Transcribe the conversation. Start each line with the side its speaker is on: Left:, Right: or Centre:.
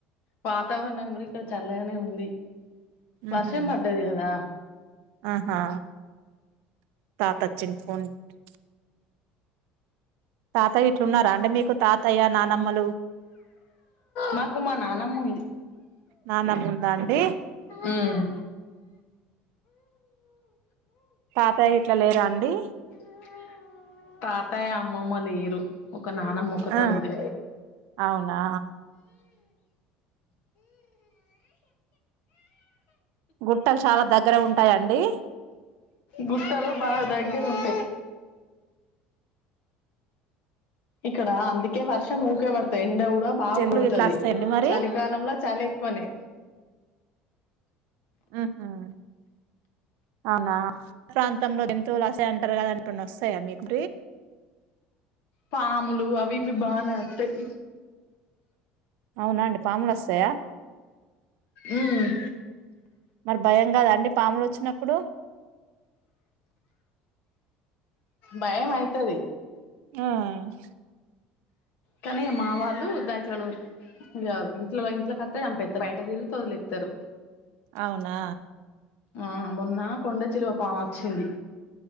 Left: వాతావరణం కూడా ఇక్కడ చల్లగానే ఉంది
Right: ఉహు
Left: వర్షం పడ్డది కదా
Right: ఆహా తాత అచ్చిండు ఫోన్ పెట్టు తాతయ్య ఇట్లున్నారాండి మీకు తాతయ్య నానమ్మలు
Left: మాకు మా నానమ్మ ఉంది
Right: నానమ్మ ఉందా అండి
Left: ఉమ్మ్
Right: తాతయ్య ఇట్లా లేరాండి
Left: ర్రర్ తాతయ్య అమ్మమ్మ లేరు ఒక నానమ్మ ఒక్కతే
Right: ఆ
Left: ఉంది
Right: అవునా గుట్టలు చాలా దగ్గర ఉంటాయండి
Left: బుట్టలు బాగా దగ్గ ఉంటాయి ఇక్కడ అందుకే వర్షం ఊకే పడతాయి ఎండ కూడా బాగా
Right: జంతువులు
Left: కొడతాది
Right: ఇట్లా వస్తాయండి మరి
Left: చలికాలంలో చలి ఎక్కువనే
Right: మ్మ్ఉహ్మ్ అవునా ప్రాంతంలో జంతువులు వస్తాయి అంటారు కదా అటున్న వస్తాయా మీకి
Left: పాములు అవి ఇవి బానే అత్తయ్
Right: అవునాండి పాములు వస్తాయా
Left: ఉహ్మ్
Right: మరి భయం కాదండి పాములు వచ్చినప్పుడు
Left: భయం అయితది
Right: ఉమ్మ్
Left: కానీ మావాళ్ళు దాట్లను కాదు ఇంట్లో ఇంట్లోకాత్తే చంపేస్తారు బయట తిరిగితే వదిలేత్తారు
Right: అవునా
Left: ఉమ్మ్ మొన్న కొండ చిలువ పామొచ్చింది